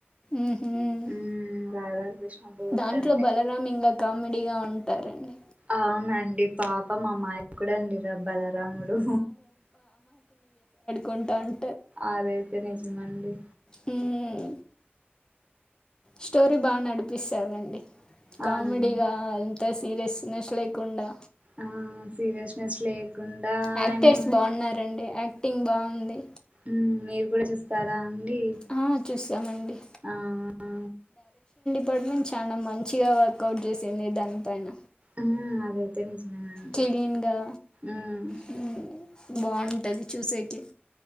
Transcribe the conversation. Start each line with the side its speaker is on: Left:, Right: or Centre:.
Left: మ్మ్హ్మ్.
Right: ఉహ్ రాధాకృష్ణ బోత్
Left: దాంట్లో
Right: అండి.
Left: బలరాం ఇంగా కామెడీగా ఉంటారండి.
Right: అవునండి పాపం అమాయకూడండి ర బలరాముడు.
Left: కొంటాన్
Right: అదైతే నిజమండీ.
Left: హమ్ స్టోరీ బాగా నడిపిస్తారండి కామెడిగా
Right: అవునండి
Left: ఇ ఎ సీరియస్నెస్ లేకుండా
Right: ఆ సీరియస్నెస్ లేకుండా
Left: యాక్టర్స్
Right: ఐ మీన్
Left: బావున్నారండి. యాక్టింగ్ బావుంది
Right: ఉహ్ మీరు కూడా చూస్ తార అండి
Left: ఆ చూసామండి.
Right: ఆ ఆ
Left: ఇప్పటి నుంచి చాలా మంచిగా వర్కౌట్ చేసింది దానిపైన.
Right: ఉహ్ అది అయితే నిజమండి
Left: క్లీన్‌గా
Right: ఉహ్
Left: హ్మ్ బావుంటది చూసేకి